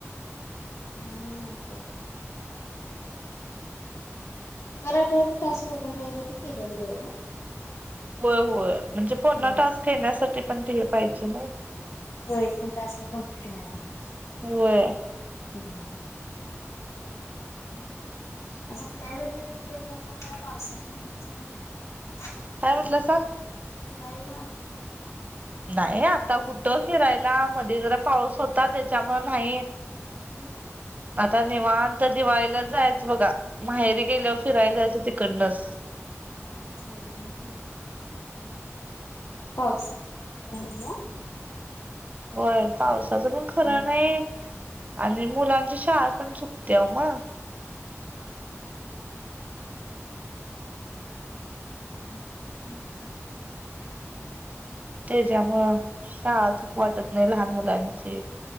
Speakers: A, on the left; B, on the right.
A: म्हणून नाहय केला. खर तरं टास्क ओपन राहायसाठी केलेलं बरं ओ
B: होय, होय म्हणजे पुन्हा
A: हम्म
B: टास्क येण्यासाठी पण ते हे पाहिजे नाय.
A: हो एकूण टास्क कंप्लिट व्हायला पाहिजे.
B: होय
A: हम् ह असं फिराय वगैरे कुठ गेलतसा काय पावसा दिवस चालूयेत. <unintelligible>
B: काय म्हटलासां.
A: फिरायला.
B: नाही ओ आता कुठं फिरायला मध्ये जरा पाऊस होता त्याच्यामुळ नाही.
A: हम्म..
B: आता निवांत दिवाळीलाच जायचं बघा माहेरी गेल्यावर फिरायला जायचं तिकडनच.
A: नाही चालतंय की. पावसाच काय खरं नाय ओ
B: होय पावसाचं पण खरं
A: ओ.
B: नाही आणि मुलांची शाळा पण चुकते ओ म.
A: हा <inaudible> वा <inaudible>
B: त्याच्यामु शाळा चूक वाटत नाही लहान मुलांची